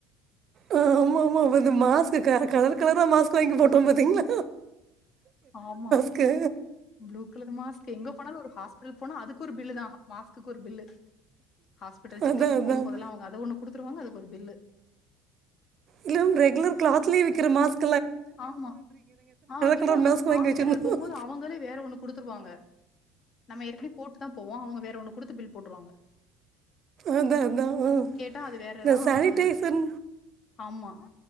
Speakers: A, on the right; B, on the left.
A: ஆ ஆமா ஆமா அப்ப வந்து மாஸ்க் க கலரா கலரா மாஸ்க் வாங்கி போட்டோ பாத்தீங்களா
B: ஆமா
A: க்கு
B: ப்ளூ கலர் மாஸ்க் எங்க போனாலூ ஒரு ஹாஸ்பிட்டல் போனா அதுக்கு ஒரு பில் தா மாஸ்குக்கு ஒரு பில்லு ஹாஸ்பிட்டல் செக்கப்க்கு
A: அதான் அதான்
B: போகும் போதல்லா அவங்க அத ஒன்னு குடுத்துருவாங்க அதுக்கு ஒரு பில்லு
A: இல்ல ரெகுலர் க்லாத்லயே விக்கிற மாஸ்க்
B: ஆமா ஆ இல்ல
A: கலர் மாஸ்க்
B: ஹாஸ்பிட்டல்
A: வாங்கி வச்சுருந்தோம்
B: போம்போது அவங்களே வேற ஒன்னு குடுத்துருவாங்க நம்ம ஏற்கனவே போட்டு தா போவோ அவுங்க வேற ஒன்னு குடுத்து பில் போட்ருவாங்க
A: அதான் அதான் ஆ
B: கேட்டா அது வேறதா
A: இந்த சானிடைசர்
B: அவுங்க வந்து ஆமா